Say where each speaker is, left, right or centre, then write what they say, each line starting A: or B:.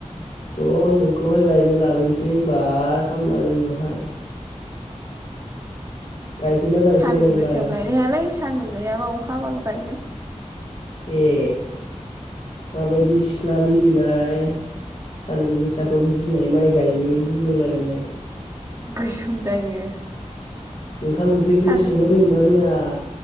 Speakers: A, on the left; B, on the right.
A: र' नोंखौहाय गायनो ला लाबोनसै होनबा खामला जोंनावहाय। गायफैना गायफैया
B: सान्दुं
A: नोंलाय
B: गोसायाव गायनो हायालै सान्दुं गैयाबा अखा हाबाल' गायगोन।
A: ए माबायदि सिख्लालै बिलाय सान्दुं गोसाखौ गिनाय माइ गायनो गिगुलायनाय।
B: गोसोम जायो।
A: ओंखाम ओंख्रिखौलाय
B: सान्दुं
A: संनो रोङो ना रोङा‌?